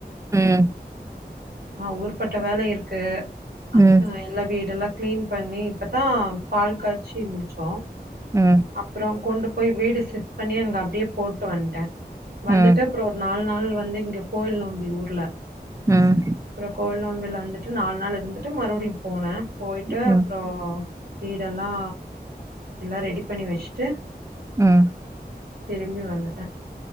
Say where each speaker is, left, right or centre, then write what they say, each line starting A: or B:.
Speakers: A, on the right (about 20°); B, on the right (about 65°).
A: ம்
B: அ ஊர்பட்ட வேல இருக்கு ஆ
A: ம்
B: எல்லா வீடெல்லாக் கிளீன் பண்ணி இப்பதா பால் காய்ச்சி முடிச்சோ
A: ம்
B: அப்புறோ கொண்டு போய் வீடு சிப் பண்ணி அங்க அப்படியே போட்டு வந்ட்டே வந்துட்டு
A: ம்
B: அப்புறோ ஒரு நாலு நாள் அது வந்து இங்க கோயில் நோம்பி ஊர்ல
A: ம்
B: அப்புறோ கோயில் நோ வெள்ல வந்துட்டு நாலு நாள் இருந்துட்டு மறுபடியூ போனே போயிட்டு
A: ம்
B: அப்றோ வீடெல்லா எல்லா ரெடிப் பண்ணி வச்சுட்டு
A: ம்
B: திரும்பி வந்துட்டே